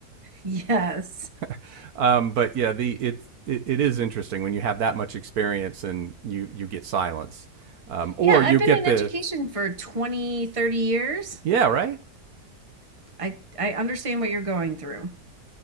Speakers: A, on the right; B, on the right.
A: Yes.
B: <laughs> um, but yeah, the it's it, it is interesting when you have that much experience and you you get silence, um, or
A: Yeah,
B: you
A: I've been
B: get
A: in
B: the
A: education for 20, 30 years.
B: yeah right
A: I I understand what you're going through.